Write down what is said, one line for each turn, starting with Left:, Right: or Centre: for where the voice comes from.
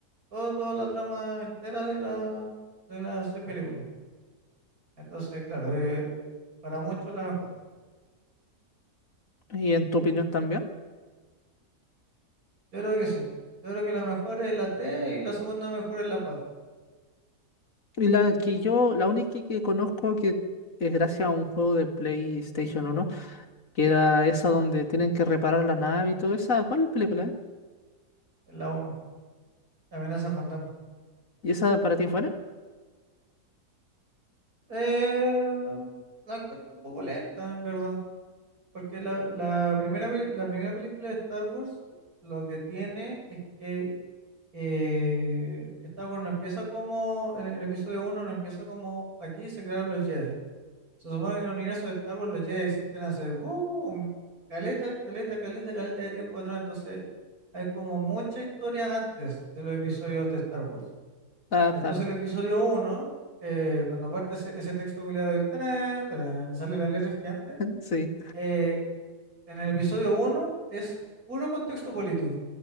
Right: todo, toda la trama entera de la, de las seis películas. Entonces, claro, eh, para muchos la mejor.
Left: ¿Y en tu opinión también?
Right: Yo creo que sí. Yo creo que la mejor es la 3 y la segunda mejor es la cuatro
Left: Y la que yo, la única que conozco que es gracias a un juego de PlayStation uno que era esa donde tienen que reparar la nave y todo esa, ¿cuál película es?
Right: es la uno la amenaza fantasma.
Left: ¿Y esa para ti fuera?
Right: Eh, la encuentro un poco lenta, en verdad. Porque la, la primera, pe- la primera película de Star Wars lo que tiene es que eh, Star Wars no empieza como, en el episodio uno no empieza como aquí se crearon los Jedi. Se supone que en el universo de Star Wars los Jedi existen hace ¡buh! un- caleta, caleta, caleta, caleta de tiempo atrás. Entonces hay como mucha historia antes de los episodios de Star Wars.
Left: Ah,
Right: Entonces
Left: claro,
Right: el episodio 1, cuando parte ese, ese texto culiado del tarán, tarán, y sale la letra gigante,
Left: <laughs> sí.
Right: eh, en el episodio uno es puro contexto político.